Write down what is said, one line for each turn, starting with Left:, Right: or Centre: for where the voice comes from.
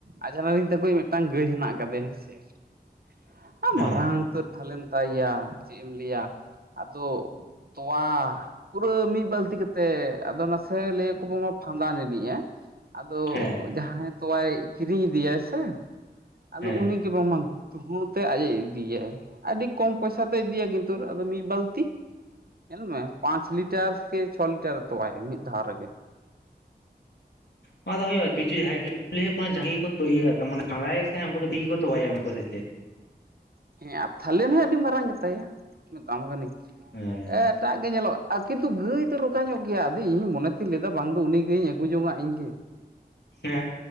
Right: ᱟᱡᱷᱱᱟᱨᱤᱧ ᱛᱟᱠᱚᱭᱤᱡ, ᱢᱤᱫᱴᱟᱝ ᱜᱟᱹᱭ ᱦᱮᱱᱟᱜ ᱟᱠᱟᱫᱮ, ᱦᱮᱸ ᱥᱮ ᱾
Left: ᱦᱮᱸ
Right: ᱢᱟᱨᱟᱝ ᱩᱛᱟᱹᱨ ᱛᱷᱟᱞᱮᱱ ᱛᱟᱭᱼᱭᱟ, ᱪᱮᱫ ᱮᱢ ᱞᱟᱹᱭᱟ, ᱟᱫᱚ ᱛᱚᱣᱟ! ᱯᱩᱨᱟᱹ ᱢᱤᱫ ᱵᱟᱹᱞᱛᱤ ᱠᱟᱛᱮᱮᱫ, ᱟᱫᱚ ᱱᱟᱥᱮ ᱞᱟᱹᱭ ᱭᱟᱠᱚ ᱵᱟᱝ ᱯᱷᱟᱸᱫᱟ ᱞᱤᱫᱤᱧᱟᱭ ᱾ ᱟᱫᱚ,
Left: ᱦᱮᱸ
Right: ᱡᱟᱦᱟᱸᱭ ᱛᱳᱣᱟᱭ ᱠᱤᱨᱤᱧ ᱤᱫᱤᱭᱟᱭ ᱥᱮ, ᱟᱫᱚ
Left: ᱦᱮᱸ
Right: ᱩᱱᱤ ᱠᱤ ᱵᱟᱝᱢᱟ, ᱫᱷᱩᱦᱟᱹᱶ ᱛᱮ, ᱟᱡ ᱮ ᱤᱫᱤᱼᱭᱟᱭ ᱾ ᱟᱹᱰᱤ ᱠᱚᱢ ᱯᱚᱭᱥᱟ ᱛᱮ, ᱤᱫᱤᱭᱟᱭ ᱾ ᱠᱤᱱᱛᱩ ᱟᱫᱚ ᱢᱤᱫ ᱵᱟᱹᱞᱛᱤ ᱾ ᱧᱮᱞ ᱢᱮ ᱯᱟᱸᱪ ᱞᱤᱴᱟᱨ ᱥᱮ ᱪᱷᱚ ᱞᱤᱴᱟᱨ ᱮ ᱛᱚᱣᱟᱭᱟ ᱢᱤᱫ ᱫᱷᱟᱣ ᱨᱮᱜᱮ᱾
Left: ᱚᱱᱟ ᱫᱚ ᱦᱩᱭᱩᱜᱼᱟ ᱠᱤᱪᱷᱩ ᱦᱟᱭᱵᱤᱨᱤᱴ ᱞᱟᱹᱭ ᱟᱠᱚ ᱡᱟᱹᱜᱮ ᱟᱠᱚ ᱛᱚ ᱤᱭᱟᱹ ᱢᱟᱱᱮ ᱯᱷᱟᱫᱟᱭᱟᱠᱚ ᱛᱟᱦᱮᱭᱟ ᱩᱱᱠᱩ ᱫᱚ ᱵᱤᱨ ᱜᱮᱠᱟ ᱛᱚᱣᱟᱭᱟ ᱢᱮᱱᱟᱠᱚ ᱥᱮᱪᱮᱫ ᱾
Right: ᱦᱮᱸ ᱟᱨ ᱛᱟᱦᱚᱞᱮᱱ ᱦᱚᱸ ᱟᱹᱰᱤ ᱢᱟᱨᱟᱝ ᱜᱮᱛᱟᱭᱟ ᱩᱱᱟᱹᱜ ᱫᱟᱢ ᱠᱟᱹᱱᱟᱹᱧ
Left: ᱦᱮᱸ
Right: ᱟᱴ ᱮᱴᱟᱜ ᱜᱮ ᱧᱮᱞᱚᱜᱼᱟ ᱠᱤᱱᱛᱩ ᱜᱟᱹᱭ ᱫᱚ ᱨᱠᱟ ᱧᱚᱜ ᱜᱮᱭᱟ ᱟᱫᱚ ᱤᱧᱤᱧ ᱢᱚᱱᱮ ᱛᱤᱧ ᱞᱮᱫᱟ ᱵᱟᱝ ᱫᱚ ᱩᱱᱤ ᱜᱟᱹᱭᱧ ᱟᱹᱜᱩ ᱡᱚᱝᱟ ᱤᱧ ᱜᱮ᱾
Left: ᱦᱮᱸ